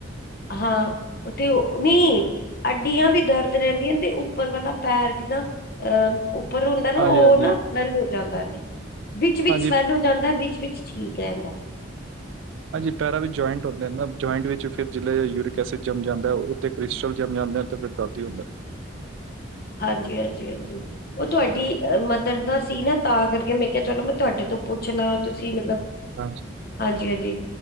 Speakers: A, on the left; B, on the right.
A: ਹਾਂ ਤੇ ਨੀ ਅੱਡੀਆਂ ਵੀ ਦਰਦ ਰਹਿੰਦੀਆਂ ਤੇ, ਉੱਪਰ ਵਾਲਾ ਪੈਰ ਜਿਦਾ ਅ ਉੱਪਰ ਹੁੰਦਾ ਨਾ
B: ਹਾਂਜੀ
A: ਔ ਨਾ ਸਮੈਲ ਹੋ ਜਾਂਦਾ ਨੇ ਵਿੱਚ ਵਿਚ
B: ਹਾਂਜੀ
A: ਸਮਵੈਲ ਹੋ ਦਾ ਵਿੱਚ-ਵਿਚ ਠੀਕ ਰੈਂਦਾ।
B: ਹਾਂਜੀ ਪੈਰਾ ਵਿੱਚ ਜੁਆਇੰਟ ਹੁੰਦੇ ਨਾ ਜੂਆਇੰਡ ਵਿੱਚ ਫੇਰ ਜਿਲੇ ਯੂੂਰਿਕ ਐਸਿਡ ਜਮ ਜਾਂਦਾ ਹੈ ਔਹ ਤੇ ਕ੍ਰਿਸਚਲ ਜਮ ਜਾਂਦਾ ਤੇ ਫੇਰ ਬਾ ਕੀ ਹੋਂਦੈ।
A: ਹਾਂਜੀ- ਹਾਂਜੀ-ਹਾਂਜੀ। ਔ ਤੁਆਡੀ ਮਦਰ ਦਾ ਸੀ ਨਾ ਤਾਂ ਕਰਕੇ ਮੈਂ ਕਿਯਾ ਚਲੋ ਮੈਂ ਤੁਹਾਡੇ ਤੋਂ ਪੁੱਛਲਾ ਤੁਸੀਂ ਮਤਲਬ
B: ਹਾਂਜੀ
A: ਹਾਂਜੀ-ਹਾਂਜੀ